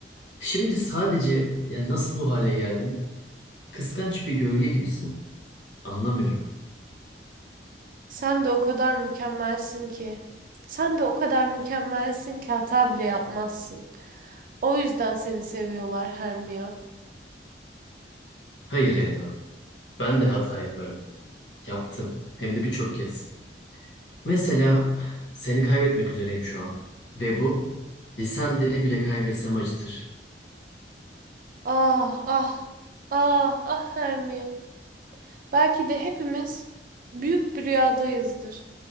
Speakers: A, on the left; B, on the right.
A: Şimdi sadece yani nasıl bu hale geldin? Kıskanç bir gölge gibisin. Anlamıyorum.
B: Sen de o kadar mükemmelsin ki. Sen de o kadar mükemmelsin ki hata bile yapmazsın. O yüzden seni seviyorlar Hermia.
A: Hayır Elena. Ben de hata yaparım. Yaptım. Hem de birçok kez. Mesela seni kaybetmek üzereyim şu an. Ve bu lisan deri bile kaybetsem acıtır.
B: Ah ah. Ah ah Hermia. Belki de hepimiz büyük bir rüyadayızdır